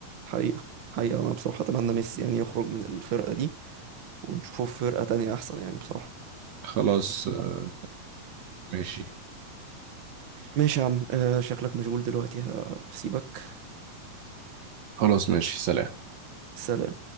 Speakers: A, on the right; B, on the right.
A: حقيقة حقيقة أنا بصراحة أتمنى ميسي يعني يخرج من الفرقة دي ونشوفه في فرقة تانية أحسن يعني بصراحة
B: خلاص آه، ماشي
A: ماشي يا عم آه، شكلك مشغول دلوقتي هسيبك
B: خلاص ماشي سلام
A: سلام